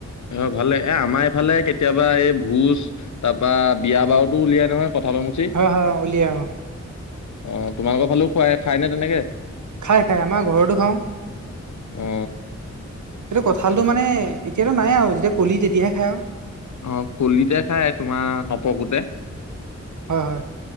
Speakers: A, on the left; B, on the right.
A: অ' ভালে এই আমাৰ এইফালে কেতিয়াবা এই ভোজ তাৰ পৰা বিয়া বাৰুতো উলিয়াই নহয় কঁঠালৰ ম
B: অ' হয় উলিয়াই অ'।
A: অ' তোমালোকৰ ফালেও খুৱাই খাইনে তেনেকে?
B: খাই খাই আমাৰ ঘৰতো খাও।
A: অ
B: এইটো কঁঠালটো মানে এতিয়াতো নাই আৰু যেতিয়া কলি তেতিয়াহে খাই আৰু।
A: অ', কলিতে খাই তোমাৰ নপকোতে।
B: হয় হয়